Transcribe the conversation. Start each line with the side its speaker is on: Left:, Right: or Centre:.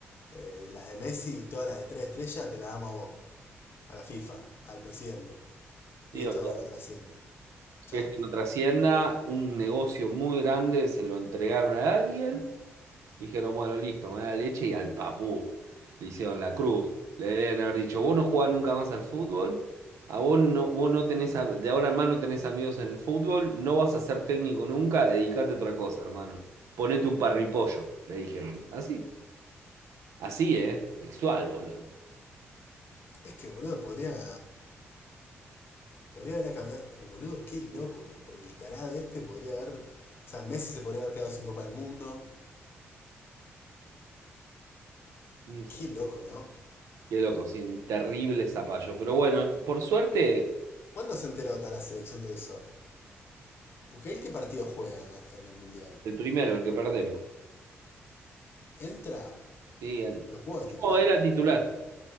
Left: eh, de las de Messi, todas las de tres estrellas, te las damos a vos, a la FIFA, al presidente.
Right: Sí,
Left: Y esto
Right: o sea,
Left: no trasciende. Chao.
Right: que esto no trascienda, un negocio muy grande, se lo entregaron a alguien, dijeron, bueno, listo, me da leche y al papú. Le hicieron la cruz. Le deben haber dicho, vos no jugás nunca más al fútbol, a vos no, vos no tenés, a- de ahora en más no tenés amigos en el fútbol, no vas a ser técnico nunca, dedicate a otra cosa, hermano. Ponete un parripollo, le dijeron. Así, así, ¿eh? Textual, boludo.
Left: Es que, boludo, podría. Podría haber cambiado. oh, boludo, qué loco que por el tarado este podría haber. O sea, Messi se podría haber quedado sin Copa del Mundo.
Right: Mm.
Left: Qué loco, ¿no?
Right: Qué loco, sin terrible zapallo. Pero bueno, por suerte,
Left: ¿Cuándo se enteró toda la selección de eso? Porque él qué partido juega en, la- en el Mundial.
Right: el primero, el que perdemos.
Left: Entra,
Right: Sí, el-
Left: no juega de titular.
Right: no, era titular.